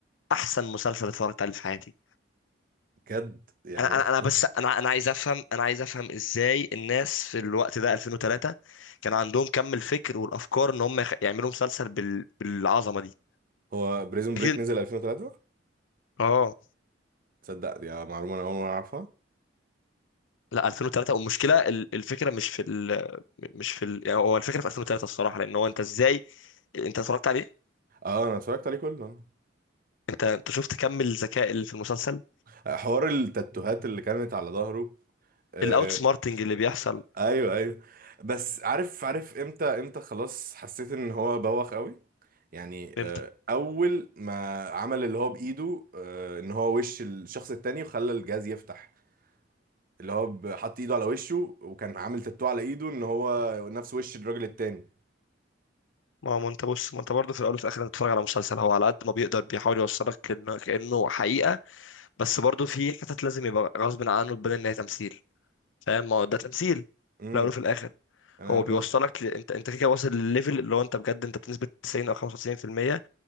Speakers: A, on the left; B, on the right.
A: احسن مسلسل اتفرجت عليه في حياتي
B: بجد يعني
A: انا انا أنا
B: <laughs>
A: بس انا انا عايز افهم انا عايز افهم ازاي الناس في الوقت ده 2003 كان عندهم كم الفكر والافكار ان هم يخ- يعملوا مسلسل بال... بالعظمه دي
B: هو بريزون
A: اكيد
B: بريك نزل 2003
A: اه
B: تصدق دي معلومة انا اول مرة اعرفها
A: لا 2003 والمشكله ال- الفكره مش في ال... مش في ال... يعني هو الفكره في 2003 الصراحه لان هو انت ازاي انت اتفرجت عليه
B: اه انا اتفرجت عليه كله
A: انت انت شفت كم الذكاء اللي في المسلسل
B: آه، حوار التاتوهات اللي كانت على ظهره آه
A: الاوت سمارتنج اللي بيحصل
B: ايوه ايوه بس عارف عارف امتى امتى خلاص حسيت ان هو بوخ قوي يعني
A: فهمت؟
B: آه اول ما عمل اللي هو بايده آه ان هو وش الشخص التاني وخلى الجهاز يفتح اللي هو ب- حط ايده على وشه وكان عامل تاتو على ايده ان هو نفس وش الراجل التاني
A: ما هو ما انت بص ما انت برضه في الاول وفي الاخر انت بتتفرج على مسلسل هو على قد ما بيقدر بيحاول يوصلك كأنه, كأنه حقيقة بس برضه في حتت لازم يبقى غصب عنه تبان ان هي تمثيل فاهم ما هو ده تمثيل
B: امم
A: في الاول وفي الاخر
B: انا
A: هو بيوصلك ل... انت انت كده واصل لليفل اللي هو انت بجد انت بنسبة 90 او 95%